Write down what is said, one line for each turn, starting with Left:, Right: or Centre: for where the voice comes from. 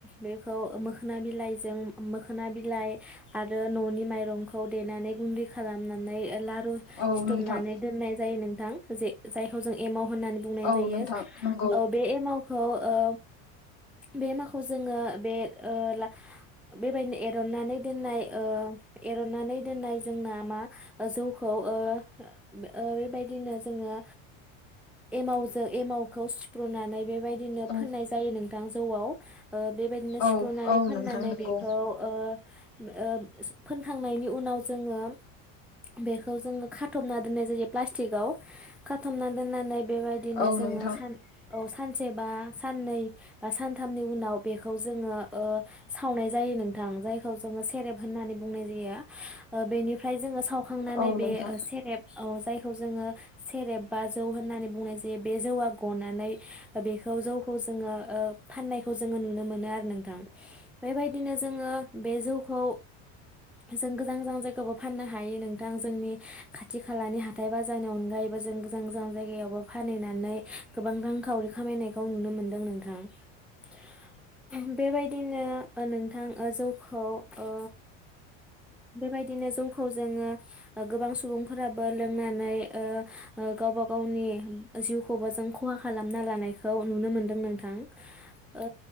Centre: बेखौ मोखोना बिलाइजों मोखोना बिलाइ आरो न'नि माइरंखौ देनानै गुन्दै खालामनानै लारु
Left: औ
Centre: सिथुमनानै
Left: नोंथां
Centre: दोननाय जायो नोंथां जे जायखौ जों एमाव होननानै बुंनाय
Left: औ
Centre: जायो।
Left: नोंथां नंगौ
Centre: ओ बे एमावखौ ओ बे माखौ जोङो बे ओ ला बेबायदिनो एरननानै दोननाय ओ एरनानै दोननाय जोंना मा ओ जौखौ ओ-ओ बेबायदिनो जों ङो एमावजों एमावखौ सुफ्रुनानै बे बेबायदिनो
Left: औ
Centre: फोननाय जायो नोंथां जौआव ओ बेबायदिनो
Left: औ
Centre: सिफ्रुनानै
Left: औ
Centre: फोननानै
Left: नोंथां नंगौ
Centre: बेखौ ओ ओ फोनखांनायनि उनाव जोङो बेखौ जोङो खाथबना दोननाय जायो प्लास्टिकआव खाथबना दोननानै बेबायदिनो
Left: औ
Centre: जोङो
Left: नोंथां
Centre: सान औ सानसे बा साननै बा सानथामनि उनाव बेखौ जोङो ओ सावनाय जायो नोंथां जायखौ जोङो सेरेब होननानै बुंनाय ज <inaudible> ओ बेनिफ्राय जोङो सावखांनानै
Left: औ
Centre: बे
Left: नोंथां
Centre: सेरेब ओ जायखौ जोङो सेरेब बा जौ होननानै बुंनाय जायो बे जौआ गनानै बेखौ जौ खौ जोङो ओ फाननायखौ जोङो नुनो मोनो आरो नोंथां बेबायदिनो जोङो बे जौखौ जों गोजान गोजान जायगायावबो फाननो हायो नोंथां जोंनि खाथि खालानि हाथाय बाजारनि अनगायैबो जों गोजान गोजान जायगायावबो फानहैनानै गोबां रांखावरि खामायनायखौ नुनो मोनदों नोंथां। <unintelligible> बेबायदिनो नोंथां ओ जौखौ ओ बेबायदिनो जौखौ जोङो गोबां सुबुंफोराबो लोंनानै ओ-ओ गावबा गावनि जिउखौबो जों खहा खालामना लानायखौ नुनो मोनदों नोंथां। ओ